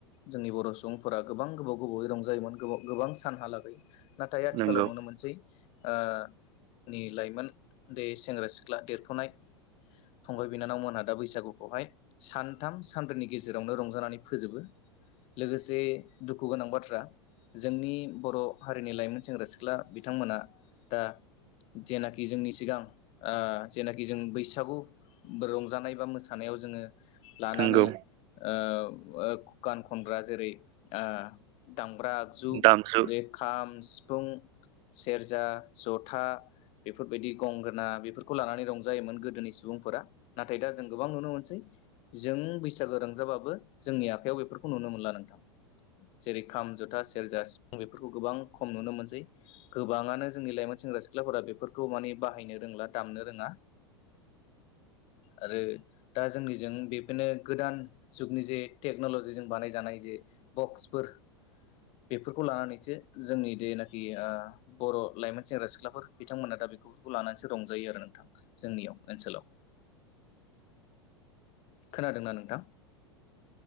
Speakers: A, on the left (about 45°); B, on the right (about 35°).
A: जोंनि बर' सुबुंफोरा गोबां गोबाव गोबावै रंजायोमोन गोबाव गोबां सानहालागै नाथाय आथिखालाव
B: नंगौ
A: नुनो मोनसै ओ नि लाइमोन दै सेंग्रा सिख्ला सिख्ला देरफुनाय‌ फंबाय बिनानावमोनहा दा बैसागु बेवहाय सानथाम सानब्रैनि गेजेरावनो रंजानानै फोजोबो। लोगोसे दुखु गोनां बाथ्रा जोंनि बर' हारिनि लाइमोन सेंग्रा सिख्ला बिथांमोना दा जेनाखि जोंनि सिगां ओ जेनाखि जों बैसागु रंजानाय बा मोसानायाव जोङो लानानै
B: नंगौ
A: ओ ओ गान खनग्रा जेरै ओ दाम ग्रा आगजु
B: दामजु
A: बेे खाम फुं सेरजा जथा बेफोरबायदि गंगोना बे बेफोरखौ लानानै रंजायोमोन गोदोनि सुबुंफोरा नाथाय दा जों गोबां नुनो मोनसै जों बैसागो रोंजाबाबो जोंनि आखायाव बेफोरखौ नुनो मोनला नोंथां जेरै खाम जथा सेरजा सि बेफोरखौ गोबां खम नुनो मोनसै गोबाङानो जोंनि लाइमोन सेंग्रा सिख्लाफोरा बेफोरखौ माने बाहायनो रोंला दामनो रोङा आरो दा जोंनि जों बेफोरनो गोदान जुगनि जे टेक्नलजिजों बानाय जानाय जे बक्स फोर बेफोरखौ लानानैसो जोंनि देनाखि बर' लाइमोन सेंग्रा सिख्लाफोर बिथांमोना दा बेफोरखौ लानानैसो रं जायो आरो नोंथां। जोंनियाव ओनसोलाव खोनादोंना नोंथां?